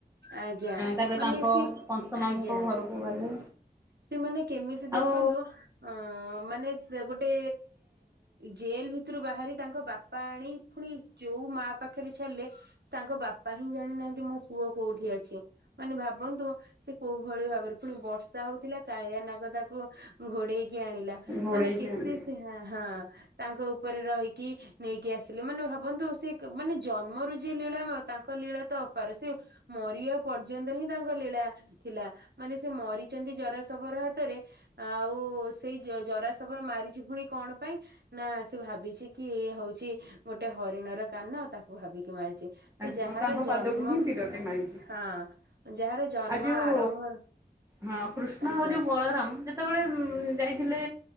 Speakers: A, on the right; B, on the right.
A: ଆଜ୍ଞା
B: ତାପରେ
A: ମାନେ
B: ତାଙ୍କ
A: ସେ
B: କଂସ ମାମୁଙ୍କ
A: ଆଜ୍ଞା
B: ଘରକୁ ଗଲେ
A: ସେମାନେ କେମିତି
B: ଆଉ
A: ଦେଖନ୍ତୁ ଅ ମାନେ ଗୋଟେ ଜେଲ ଭିତରୁ ବାହାରି ତାଙ୍କ ବାପା ଆଣି ପୁଣି ଯୋଉ ମା ପାଖ ପାଖରେ ଛାଡିଲେ ତାଙ୍କ ବାପା ହିଁ ଜାଣିନାହାନ୍ତି ମୋ ପୁଅ କୋଉଠି ଅଛି ମାନେ ଭାବନ୍ତୁ ସେ କୋଉ ଭଳି ଭାବରେ ପୁଣି ବର୍ଷା ହଉଥିଲା। କାଳିଆ ନାଗ ତାକୁ ଘୋଡେଇକି ଆଣିଲା
B: ଘୋଡେଇକି
A: ମାନେ କେତେ
B: ଆଣିଲି
A: ସେ ହଁ ତାଙ୍କ ଉପରେ ରହିକି ନେଇକି ଆସିଲେ ମାନେ ଭାବନ୍ତୁ ସେ ମାନେ ଜନ୍ମରୁ ଯି ଲୀଳାମୟ ତାଙ୍କ ଲୀଳା ତ <unintelligible> ମରିବା ପର୍ଯ୍ୟନ୍ତ ହିଁ ତାଙ୍କ ଲୀଳା ଥିଲା ମାନେ ସେ ମରିଛନ୍ତି ଜରାସବର ହାତ ରେ ଆଉ ସେଇ ଜରା ସବ ମାରିଛି ପୁଣି କଣ ପାଇଁ ନା ସେ ଭାବିଛି କି ହଉଛି ଗୋଟେ ହରିଣ ର କାନ ତାକୁ ଭାବିକି ମାରିଛି। ତ
B: ତାଙ୍କୁ
A: ଯାହାର
B: ତାଙ୍କ
A: ଜନ୍ମ
B: ପାଦକୁ ହିଁ ତିରଟେ ମାଇ
A: ହଁ ଯାହାର ଜନ୍ମ
B: ଆଉ ଯୋଉ
A: ଆରମ୍ଭ
B: ହଁ କୃଷ୍ଣ
A: ଆଜ୍ଞା
B: ଆଉ ଯୋଉ ବଳରାମ ଯେତେବେଳେ ଉ ଯାଇଥିଲେ